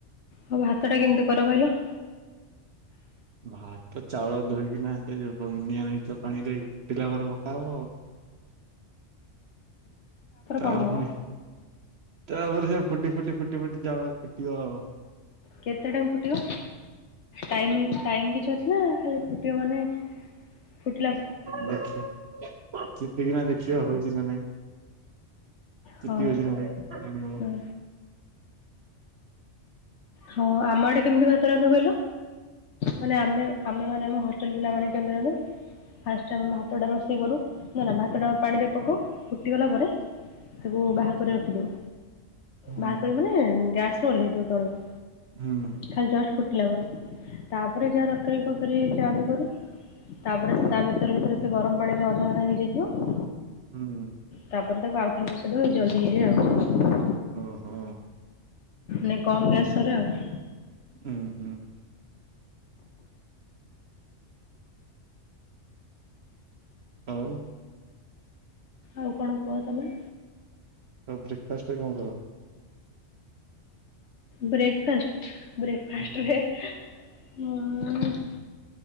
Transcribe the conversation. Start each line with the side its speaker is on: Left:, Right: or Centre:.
Left: ହଉ ଭାତ ଟା କେମିତି କର କହିଲ।
Right: ଭାତ ଚାଉଳ ଧୋଇକିନା ସେ ନିଆଛ ପାଣିରେ ଫୁଟିଲା ପରେ ପକା ହବ ଆଉ। ତାପରେ
Left: କଣ ହବ?
Right: ପୁଣି ତାପରେ ସେ ଫୁଟି, ଫୁଟି, ଫୁଟି, ଫୁଟି ଚାଉଳ ଫିଟିବ ଆଉ।
Left: କେତେ ଟାଇମ ଫୁଟିବ ଟାଇମିଙ୍ଗ୍ ଟାଇମ୍ କିଛି ଅଛି। ନା ଖାଲି ଫୁଟିବ ମାନେ ଫୁଟିଲା
Right: ଦେଖିବା ଚିପିକିନା ଦେଖିବା ହଉଛି ନା ନାଇଁ।
Left: ହଁ
Right: ଚିପି ହଉଚି ନା ନାଇଁ
Left: ହଁ ହଁ ଆମ ଆଡେ କେମିତି ଭାତ ରାନ୍ଧୁ କହିଲ ମାନେ ଆମେ ଆମେ ମାନେ ଆମ ହଷ୍ଟେଲ ପିଲା ମାନେ କେମିତି ରାନ୍ଧୁ? ଫାଷ୍ଟ ଆମେ ଭାତ ଟା ରୋଷେଇ କରୁ ହେଇଗଲା, ଭାତଟା ପାଣିରେ ପକଉ ଫୁଟିଗଲା ପରେ ତାକୁ ବାହାର କରି ରଖିଦଉ,
Right: ହୁଁ
Left: ବାହାର କରି ମାନେ ଗ୍ୟାସ୍ ରୁ ଓହ୍ଲେଇ ଦଉ ତଳକୁ।
Right: ହୁଁ
Left: ଖାଲି ଜଷ୍ଟ ଫୁଟିଲା ପରେ, ତାପରେ ଯାହା ତରକାରୀ ଫରକାରୀ ଯାହାବି କରୁ ତାପରେ ତା ଭିତରେ ଭିତରେ ସେ ଗରମ ପାଣି ରେ ଅଧା ଅଧା ହେଇଯାଇଥିବ।
Right: ହୁଁ ହୁଁ।
Left: ତାପରେ ତାକୁ ଆଉଥରେ ବସେଇଦବା ଏଇ ଜଲ୍ଦି ହେଇଯାଏ ଆଉ।
Right: ହୁଁ, ହୁଁ।
Left: ନାଇ କମ୍ ଗ୍ୟାସ ସରେ ଆଉ।
Right: ହୁଁ, ହୁଁ। ଆଉ।
Left: ଆଉ କଣ କୁହ ତମେ?
Right: ଆଉ ବ୍ରେକ୍ ଫାଷ୍ଟରେ କଣ ଖାଇବ?
Left: ବ୍ରେକ୍ ଫାଷ୍ଟ, ବ୍ରେକ୍ ଫାଷ୍ଟରେ
Right: ହୁଁ
Left: ଉଁ <unintelligible>